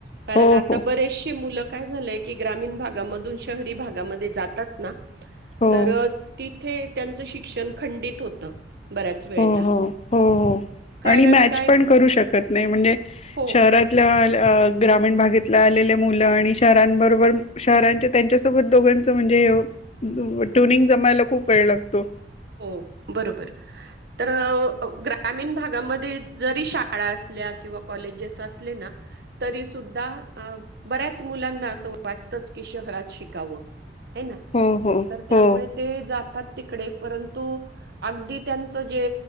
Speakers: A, on the right; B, on the left.
A: कारण
B: हो
A: आता
B: हो
A: बरीचशी मुलं काय झाले की ग्रामीण भागामधून शहरी भागामध्ये जातात ना
B: हो
A: तर ती ते त्यांचं शिक्षण खंडित होतं. बऱ्याच वेळेला
B: हो हो हो हो
A: कारण
B: आणि मॅच
A: काय
B: पण करू शकत नाही म्हणजे
A: हो
B: शहरात ग्रामीण भागेतल्या आलेल्या मुलं आणि शहरांबरोबर शहरांच्या त्यांच्यासोबत दोघांच म्हणजे ट्युनिंग जमायला खूप वेळ लागतो.
A: हो बरोबर तर ग्रामीण भागामध्ये जरी शाळा असल्या किंवा कॉलेजेस असले ना तरी सुद्धा बऱ्याच मुलांना असं वाटतंच की शहरात शिकावं. ह ना
B: हो हो
A: तर त्यामुळे
B: हो
A: ते जातात तिकडे परंतु अगदी त्यांचं जे